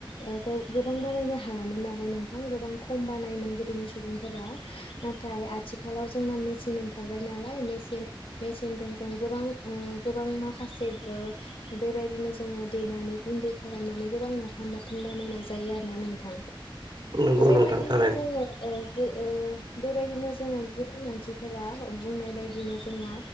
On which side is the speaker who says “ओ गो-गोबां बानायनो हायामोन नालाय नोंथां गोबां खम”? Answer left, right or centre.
Left